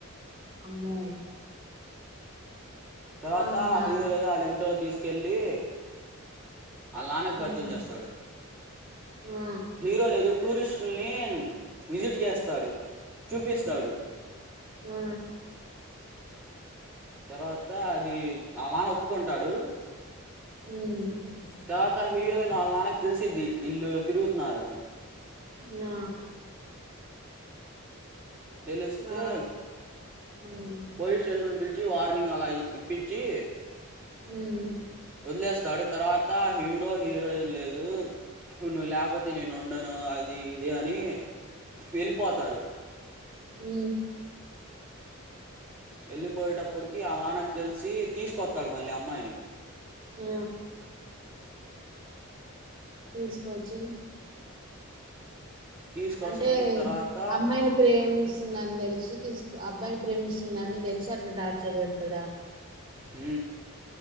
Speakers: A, on the right; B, in the centre.
A: అమ్మో
B: తర్వాత
A: ఆహా
B: హీరో లేదా వాళ్ళ ఇంట్లో తీసుకెళ్ళి ఆళ్ళ నాన్నకు
A: మ్మ్
B: పరిచయం చేస్తాడు
A: ఆ
B: హీరో లేదు టూరిస్ట్లని విజిట్ చేస్తాడు చూపిస్తాడు
A: ఆ
B: తర్వాత అది వల్ల నాన్న ఒప్పుకుంటాడు
A: ఉమ్
B: తర్వాత హీరోయిన్ వాళ్ళ నాన్నకి తెలిసిది ఇల్లు తిరుగుతున్నారని
A: ఆ
B: తెలిస్తే
A: ఆ ఆ ఉమ్
B: పోలీస్ స్టేషన్ లోకి పిలిచి వార్నింగ్ అలా ఇప్పించి
A: హు
B: వదిలేస్తాడు తర్వాత హీరో హీరోయిన్ లేదు నువు లేకపోతే నేను ఉండను అది ఇది అని వెళ్ళిపోతారు
A: ఉ
B: వెళ్ళిపోయేటప్పటికి ఆల్ల నాన్నకి తెలిసి తీసుకొస్తాడు మళ్ళీ అమ్మాయిని
A: ఆ తీసుకోచ్చి
B: తీసుకొస్తాడు
A: అంటే
B: తర్వాత
A: అమ్మాయిని ప్రేమిస్తుందని తెలిసి తీసుకు అబ్బాయిని ప్రేమిస్తుందని తెలిసి అట్లా డార్ట్ చది పెడతాడ
B: హు